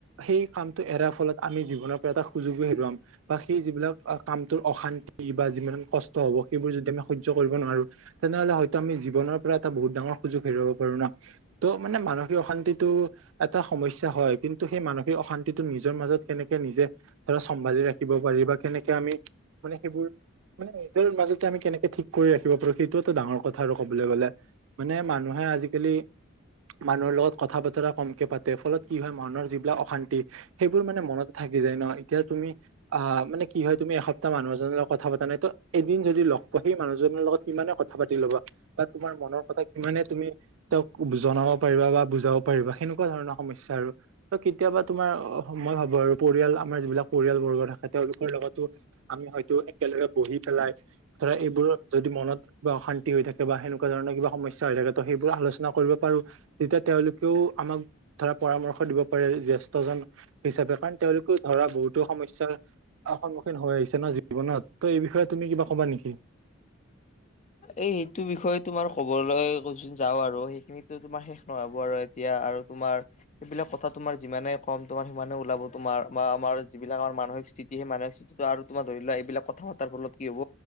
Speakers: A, on the right (about 70°); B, on the left (about 35°).
A: সেই কামটো এৰাৰ ফলত আমি জীৱনৰ পৰা এটা সুযোগো হেৰুৱাম বা সেই যিবিলাক কাম তোৰ অশান্তি বা যিমান কষ্ট হ'ব সেইবোৰ যদি আমি সহ্য কৰিব নোৱাৰো। তেনেহলে হয়তো আমি জীৱনৰ পৰা এটা বহুত ডাঙৰ সুযোগ হেৰুৱাব পাৰো ন। ত মানে মানসিক অশান্তিটো এটা সমস্যা হয় কিন্তু সেই মানসিক অশান্তিটো নিজৰ মাজত কেনেকে নিজে ধৰা চম্ভালি ৰাখিব পাৰি বা কেনেকে আমি মানে সেইবোৰ মানে নিজৰ মাজতে আমি কেনেকে ঠিক কৰি ৰাখিব পাৰো, সেইটোতো ডাঙৰ কথা আৰু ক'বলে গ'লে। মানে মানুহে আজিকালি মানুহৰ লগত কথা বতৰা কমকে পাতে ফলত কি হয় মানুহৰ যিবিলাক অশান্তি সেইবোৰ মানে মনতে থাকি যায় ন, এতিয়া তুমি আহ মানে কি হয় তুমি এসপ- টা মানুহ এজনৰ লগত কথা পতা নাই ত এদিন যদি লগ পোৱা সেই মানুহজনৰ লগত কিমানে কথা পাতি ল'বা? বা তোমাৰ মনৰ কথা কিমানে তুমি তেওঁক জনাব পাৰিবা বা বুজাব পাৰিবা সেনেকুৱা ধৰণৰ সমস্যা আৰু। ত কেতিয়াবা তোমাৰ মই ভাবো আৰু পৰিয়াল আমাৰ যিবিলাক পৰিয়াল বৰ্গ থাকে তেওঁলোকৰ লগতো আমি হয়তো একেলগে বহি পেলাই ধৰা এইবোৰ যদি মনত বা অশান্তি হৈ থাকে বা সেনেকুৱা ধৰণৰ কিবা সমস্যা হৈ থাকে ত সেইবোৰ আলোচনা কৰিব পাৰো। তেতিয়া তেওঁলোকেও আমাক ধৰা পৰামৰ্শ দিব পাৰে জ্যেষ্ঠজন হিচাপে কাৰণ তেওঁলোকে ধৰা বহুতো সমস্যাৰ অ, সন্মুখীন হৈ আহিছ তে ন জীৱনত, ত এই বিষয়ে তুমি কিবা কবা নেকি?
B: এই সেইটো বিষয়ে তোমাৰ ক'বলৈ যোন যাও আৰু সেইখিনিতো তোমাৰ শেষ নহব আৰু এতিয়া আৰু তোমাৰ সেইবিলাক কথা তোমাৰ যিমানে কম তোমাৰ সিমানে ওলাব তোমাৰ বা আমাৰ যিবিলাক আমাৰ মানসিক স্থিতি, সেই মানসিক আৰু তোমাৰ ধৰি লোৱা এইবিলাক কথা পতাৰ ফলত কি হ'ব